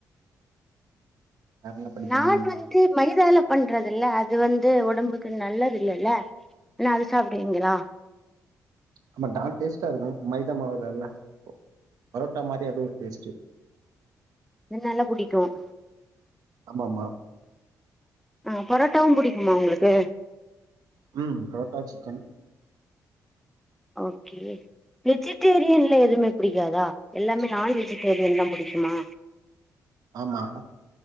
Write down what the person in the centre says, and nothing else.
நான் வந்து மைதால பண்றது இல்ல அது வந்து உடம்புக்கு நல்லது இல்லல்ல ஆனா அது சாப்பிடுவீங்களா
நல்லா புடிக்கும்
ஆ பொரோட்டாவும் புடிக்குமா உங்களுக்கு
ஓகே வெஜிடேரியன்ல எதுவுமே புடிக்காதா எல்லாமே நான் வெஜிடேரியன் தான் புடிக்குமா